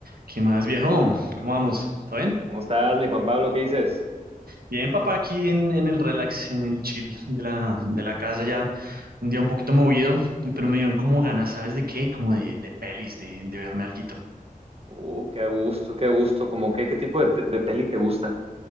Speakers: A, on the right; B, on the right.
A: ¿Qué más, viejo? ¿Cómo vamos? ¿Todo bien?
B: ¿Cómo estás, mi Juan Pablo? ¿Qué dices?
A: Bien, papá, aquí en, en el relax, en el chill de la, de la casa ya. Un día un poquito movido, pero me dieron como ganas, ¿sabes de qué? Como de, de pelis, de, de verme algo.
B: Uh, qué a gusto, qué a gusto. Como que, ¿qué tipo de, te- de peli te gusta?